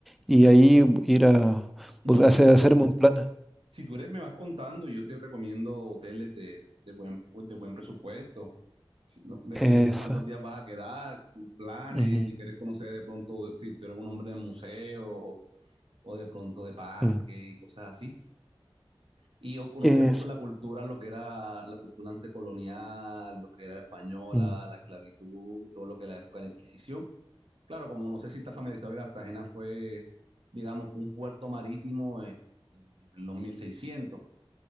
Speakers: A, in the centre; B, on the right.
A: Y ahí ir a
B: No,
A: bus- hacer, hacerme un plan.
B: si tú eres, me vas contando, yo te recomiendo hoteles de, de buen, de buen presupuesto. Si- no, Depende
A: Eso.
B: con cuántos días vas a quedar, tus planes,
A: Ujú,
B: si quieres conocer de pronto, si tú eres un hombre de museos o, o de pronto de parque
A: ujú,
B: y cosas así. y o conocer
A: Es.
B: un montón la cultura, lo que era la cultura antecolonial, lo que era la española,
A: ujú.
B: la esclavitud, todo lo que era la época de la Inquisición. Claro, como no sé si está familiarizado, Cartagena fue, digamos, fue un puerto marítimo eh, en los mil seiscientos